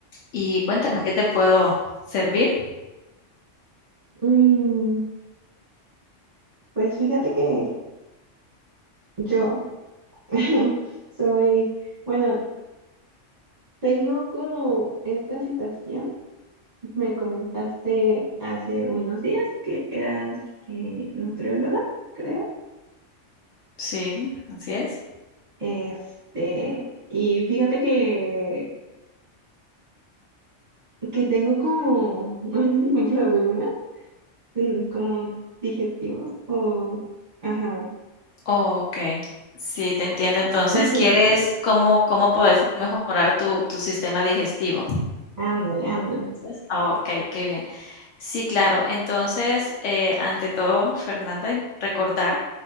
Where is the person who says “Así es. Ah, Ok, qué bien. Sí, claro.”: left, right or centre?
Left